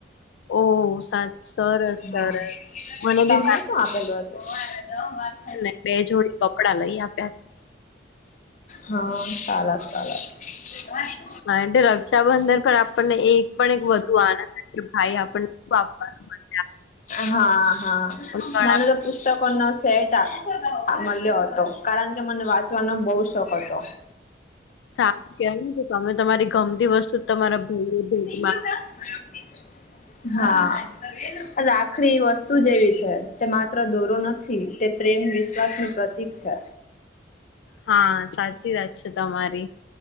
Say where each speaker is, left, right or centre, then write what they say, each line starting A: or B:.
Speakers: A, on the left; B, on the left.
A: ઓ સાત સરસ
B: હા.
A: સરસ મને
B: તમને
A: બી મા-
B: શું આપેલું હતું?
A: ને બે જોડી કપડા લઈ આપ્યા-
B: હા સાર સાર <unintelligible>
A: નાન્ટ બંદર પર આપણને એક પણ એક વધુ આનંદ છે કે ભાઈ આપણનેપવાનું-
B: હા હા
A: ઘણા
B: મને તો <unintelligible> પુસ્તકોનો સેટ મળ્યો હતો કારણ કે મને વાંચવાનો બહુ શોખ હતો-
A: સાારું કે ને કે તમે તમારી ગમતી વસ્તુ તમારા ભાઈ એ ભ-
B: <unintelligible> હા રાખડી વસ્તુ જેવી છે તે માત્ર દોરો નથી- થી તે પ્રેમ વિશ્વાસનું પ્રતિક છે.
A: હા સાચી વાત છે તમારી-